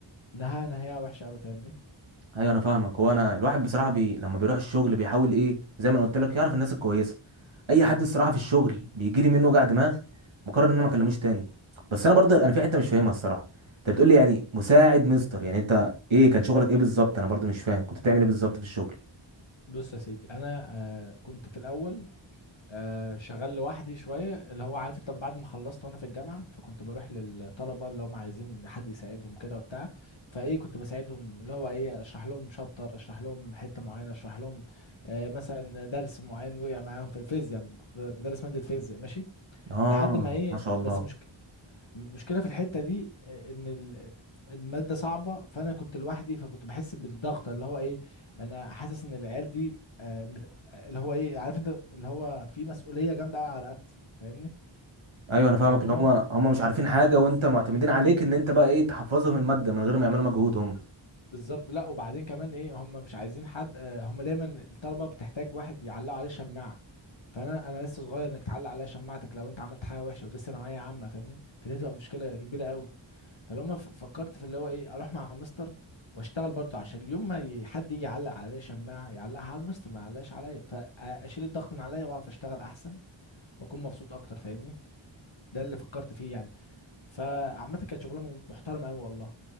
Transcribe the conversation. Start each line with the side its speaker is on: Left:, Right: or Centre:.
Left: نهايه نهايه وحشه قوي فاهمني
Right: ايوه انا فاهمك هو انا الواحد بصراحه بي... لما بيروح الشغل بيحاول ايه زي ما انا قلت لك يعرف الناس الكويسه اي حد الصراحه في الشغل بيجي لي منه وجع دماغ بقرر ان انا ما اكلموش تاني بس انا برضه انا في حته مش فاهمها الصراحه انت بتقول لي يعني مساعد مستر يعني انت ايه كان شغلك ايه بالظبط انا برضه مش فاهم كنت بتعمل ايه بالظبط في الشغل
Left: بص يا سيدي انا آه كنت في الاول آه، شغال لوحدي شوية اللي هو عارف انت بعد ما خلصت وانا في الجامعة فكنت بروح للطلبة اللي هم عايزين حد يساعدهم كده وبتاع فايه كنت بساعدهم اللي هو ايه اشرح لهم شابتر اشرح لهم حتة معينة اشرح لهم آه مثلا درس معين وقع معاهم في الفيزياء كنت بدرس مادة فيزياء ماشي
Right: اه
Left: لحد ما ايه
Right: ما شاء الله
Left: بس مش المشكله في الحته دي آه، ان ال- الماده صعبه فانا كنت لوحدي فكنت بحس بالضغط اللي هو ايه انا حاسس ان العيال دي آه، مت- اللي هو ايه عارف انت اللي هو في مسؤوليه جامده قوي على رقبتي فاهمني
Right: ايوه انا فاهمك
Left: فالمهم
Right: ان هو هم مش عارفين حاجه وانت معتمدين عليك ان انت بقى ايه تحفظهم الماده من غير ما يعملوا مجهود هم
Left: بز- بالظبط لا وبعدين كمان ايه هم مش عايزين حد آه، هم دايما الطلبه بتحتاج واحد يعلقوا عليه شماعه فانا انا لسه صغير انك تعلق عليا شماعتك لو انت عملت حاجه وحشه ودي ثانويه عامه فاهمني فدي هتبقى مشكله كبيره قوي فلو ما ف- فكرت في اللي هو ايه اروح مع مستر واشتغل برضه عشان اليوم ما ي- حد يجي يعلق عليا شماعه يعلقها على المستر ما يعلقش عليا فاشيل الضغط من عليا واعرف اشتغل احسن واكون مبسوط اكتر فاهمني ده اللي فكرت فيه يعني فعامه كانت شغلانه م- محترمه قوي والله